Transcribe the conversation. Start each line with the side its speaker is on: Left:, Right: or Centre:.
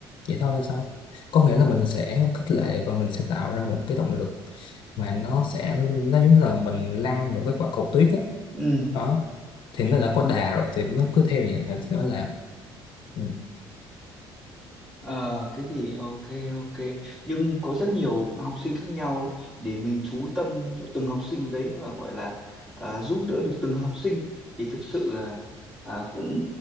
Left: vậy thôi là sao có nghĩa là mình sẽ khích lệ và mình sẽ tạo ra một cái động lực mà nó sẽ nó giống như là mình lăn một cái quả cầu tuyết á
Centre: ừ
Left: đó. thì nó đã có đà rồi thì nó cứ theo vậy thì nó làm Ừ.
Centre: ờ thế thì ok ok nhưng có rất nhiều học sinh khác nhau ấy để mình chú tâm cho từng học sinh đấy và gọi là à, giúp đỡ được từng học sinh thì thực sự là à, cũng